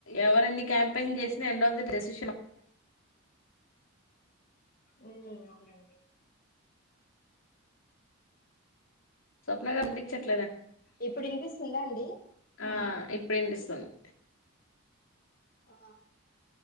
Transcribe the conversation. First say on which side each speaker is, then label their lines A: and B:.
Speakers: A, on the left (about 75°); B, on the left (about 40°).
A: ఎవరన్ని క్యాంపెన్ చేసినా ఎండ్ ఆఫ్ ది డే డెస్
B: ఉ అవునండి
A: స్వప్న కనిపించట్లే
B: ఇప్పుడు వినిపిస్తుందా అండి
A: ఆ ఇప్పుడు వినిపిస్తుంది
B: ఆ